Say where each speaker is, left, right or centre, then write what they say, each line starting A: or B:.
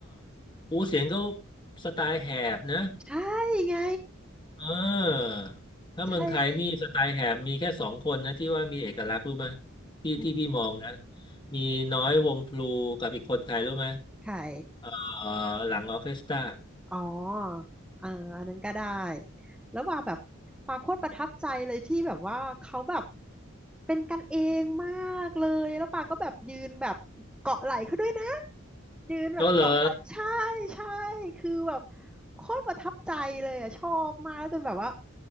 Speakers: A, on the left; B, in the centre.
A: อูเสียงเขาสไตล์แหบนะ
B: ใช่ไง
A: เออถ้าเมืองไทยนี่สไตล์แหบมีแค่สองคนนะที่ว่ามีเอกลักษณ์รู้ไหม
B: ใช่ไง
A: ที่ที่พี่มองนะ
B: อืม
A: มีน้อยวงพลูกับอีกคนใครรู้ไหม
B: ไข่
A: เออหลังออร์เคสตรา
B: อ๋อเอออันนั้นก็ได้ แล้วว่าแบบปาโคตรประทับใจเลยที่แบบว่าเขาแบบเป็นกันเองมากเลย แล้วปาก็แบบยืนแบบเกาะไหล่เขาด้วยนะ ยืนแบบเกาะไหล่ใช่
A: โต้เหรอ
B: ใช่ คือแบบ โคตรประทับใจเลยอ่ะชอบมากแล้วจนแบบว่า